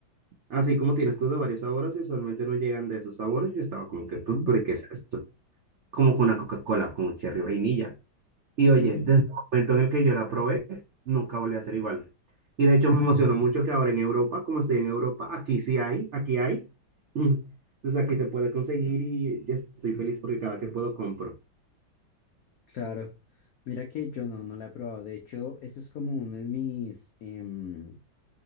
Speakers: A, on the right (about 80°); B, on the left (about 80°).
A: Así como tienes tú de varios sabores y usualmente no llegan de esos sabores, yo estaba como que,
B: Ujú,
A: "Pero, ¿pero qué es esto? Como con una Coca-Cola con cherry vainilla. Y oye,
B: ujú,
A: desde el momento en el que yo la probé, nunca volvió a ser igual. Y de hecho me emocionó mucho que ahora en Europa, como estoy en Europa, aquí sí hay, aquí hay. <laughs> Mm. Entonces aquí se puede conseguir y ya estoy feliz porque cada que puedo compro.
B: Claro, mira que yo no, no la he probado. De hecho, eso es como uno de mis, em,